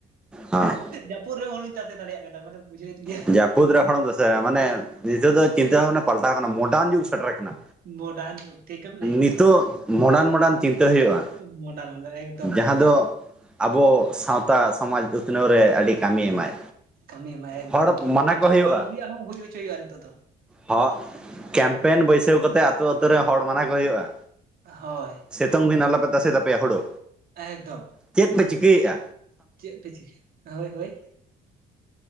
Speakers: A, in the centre; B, on the right.
A: ᱦᱮᱸ
B: ᱡᱟᱹᱯᱩᱫ ᱨᱮᱦᱚᱸ ᱦᱚᱲᱩᱧ ᱛᱟᱥᱮ ᱫᱟᱲᱮᱭᱟᱜ ᱠᱟᱱᱟ ᱢᱟᱱᱮᱢ ᱵᱩᱡᱷᱟᱹᱣᱮᱫ ᱜᱮ᱾
A: ᱡᱟᱹᱯᱩᱫ ᱨᱮ ᱦᱚᱸᱲᱚ ᱛᱟᱥᱮ ᱢᱟᱱᱮ ᱫᱤᱥᱟᱹ ᱫᱚ ᱪᱤᱱᱛᱟᱹ ᱵᱷᱟᱵᱽᱱᱟ ᱯᱟᱞᱴᱟᱣ ᱟᱠᱟᱱᱟ ᱢᱚᱰᱟᱨᱱ ᱡᱩᱜᱽ ᱥᱮᱴᱮᱨ ᱟᱠᱟᱱᱟ᱾
B: ᱢᱚᱰᱟᱨᱱ ᱡᱩᱜᱽ ᱴᱷᱤᱠᱮᱢ ᱞᱟᱹᱭ ᱠᱮᱫᱟ
A: ᱱᱤᱛᱳᱜ ᱢᱚᱰᱟᱨᱱ ᱢᱚᱰᱟᱨᱱ ᱪᱤᱱᱛᱟᱹ ᱦᱩᱭᱩᱜᱼᱟ᱾
B: ᱢᱚᱰᱟᱱ ᱢᱟᱱᱮ ᱫᱚ ᱮᱠᱫᱚᱢ
A: ᱡᱟᱦᱟᱸ
B: ᱮᱠᱫᱚᱢ᱾
A: ᱫᱚ ᱟᱵᱚ ᱥᱟᱶᱛᱟ ᱥᱚᱢᱟᱡᱽ ᱩᱛᱱᱟᱹᱣ ᱨᱮ ᱟᱰᱤ ᱠᱟᱢᱤ ᱮᱢᱟᱭ᱾
B: ᱠᱟᱹᱢᱤ ᱮᱢᱟᱭ ᱮᱠᱫᱚᱢ
A: ᱦᱚᱲ
B: ᱮᱠᱫᱚᱢ
A: ᱢᱟᱱᱟ
B: ᱢᱟᱱᱮ ᱚᱠᱟ
A: ᱠᱚ ᱦᱩᱭᱩᱜᱼᱟ
B: ᱵᱟᱝ ᱦᱩᱭᱩᱜᱼᱟᱜ ᱦᱚᱸ ᱦᱩᱭ ᱦᱚᱪᱚᱭ ᱦᱩᱭᱩᱜᱼᱟ ᱱᱤᱛᱚᱜ ᱫᱚ᱾
A: ᱦᱚᱸ ᱠᱮᱢᱯᱮᱱ
B: ᱦᱳᱭ
A: ᱵᱟᱹᱭᱥᱟᱹᱣ ᱠᱟᱛᱮᱫ ᱟᱛᱩ ᱟᱛᱩ ᱨᱮ ᱦᱚᱲ ᱢᱟᱱᱟ ᱠᱚ ᱦᱩᱭᱩᱜᱼᱟ᱾
B: ᱦᱚᱭ᱾
A: ᱥᱮᱛᱩᱝ ᱫᱤᱱ ᱟᱞᱚᱯᱮ ᱛᱟᱥᱮ ᱛᱟᱯᱮᱭᱟ ᱦᱳᱲᱳ᱾
B: ᱮᱠᱫᱚᱢ᱾
A: ᱪᱮᱫ ᱯᱮ ᱪᱤᱠᱟᱹᱭᱮᱜᱼᱟ᱾
B: ᱪᱮᱫ ᱯᱮ ᱪᱤᱠᱟᱹ ᱦᱳᱭ ᱦᱳᱭ